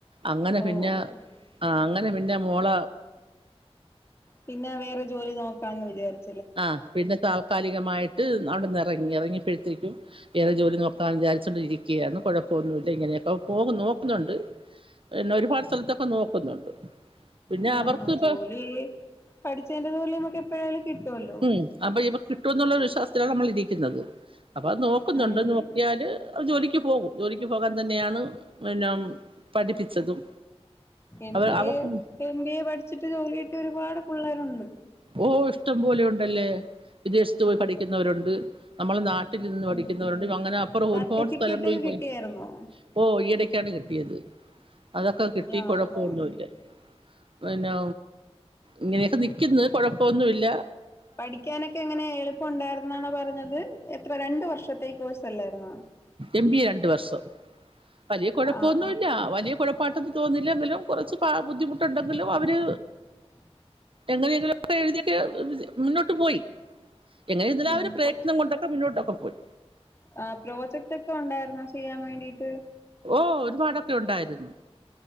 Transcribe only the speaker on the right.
അങ്ങനെ
പിന്നെ
ആ അങ്ങനെ പിന്നെ മോള
ആ പിന്നെ താൽക്കാലികമായിട്ട് അവിടെ നിറങ്ങി ഇറങ്ങിപ്പോഴ്ത്തരിക്കും വേറെ ജോലി നോക്കാൻ വിചാരിച്ചോൊണ്ടിരിക്കുകയാണ് കുഴപ്പമൊന്നുമില്ല ഇങ്ങനെയൊക്കെ പോകും നോക്കുന്നുണ്ട് പിന്നെ ഒരുപാട് സ്ഥലത്തൊക്കെ നോക്കുന്നുണ്ട് പിന്നെ
അവർക്ക് ഇപ്പ
ഉം അപ്പൊ ഇവ കിട്ടും എന്നുള്ളരു വിശ്വാസത്തിലാണ് നമ്മളിരിക്കുന്നത് അപ്പൊ അത് നോക്കുന്നുണ്ട്
നോക്കിയാല് ജോലിക്ക് പോകും ജോലിക്ക് പോകാൻ തന്നെയാണ് പിന്നെ പഠിപ്പിച്ചതും
അവ
അവർക്ക്
ഓ ഇഷ്ടം പോലെ ഉണ്ടല്ലേ വിദേശത്ത് പോയി പഠിക്കുന്നവരുണ്ട് നമ്മള നാട്ടിൽ നിന്ന് പഠിക്കുന്നവരുണ്ട്
അങ്ങനെ അപ്പറം
ഒരുപാട് സ്ഥലങ്ങളിൽ
പോയി ഓ ഈയിടക്കാണ് കിട്ടിയത് അതൊക്കെ കിട്ടി
കുഴപ്പൊന്നുമില്ല
പിന്നെ ഇങ്ങനെയൊക്കെ നിക്കുന്നു കൊഴപ്പൊന്നുമല്ല
എം ബി എ രണ്ട് വർഷം വലിയ കുഴപ്പമൊന്നുമല്ല
വലിയ കുഴപ്പാട്ടൊന്നും തോന്നുന്നില്ലെങ്കിലും കുറച്ച് ബുദ്ധിമുട്ടുണ്ടെങ്കിലും അവര്
എങ്ങനെയെങ്കിലും ഒക്കെ എഴുതിയൊക്കെ മുന്നോട്ട് പോയി എങ്ങനെങ്കും
ഒരു പ്രയത്നം കൊണ്ടൊക്കെ മുന്നോട്ടൊക്കെ പോയി
ഓ ഒരുപാടൊക്കെ ഉണ്ടായിരുന്നു